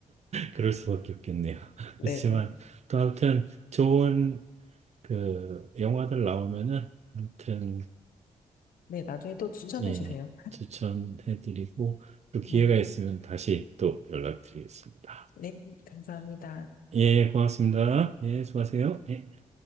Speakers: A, on the right; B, on the left.
A: 그럴 수밖에 없겠네요. <laughs>
B: 네.
A: 그렇지만, 또 아무튼 좋은 그 영화들 나오면은, 아무튼,
B: 네, 나중에 또 추천해
A: 예,
B: 주세요.
A: 추천해드리고, 또 기회가
B: 네,
A: 있으면 다시 또 연락드리겠습니다.
B: 네, 감사합니다.
A: 예, 고맙습니다. 예, 수고하세요. 예.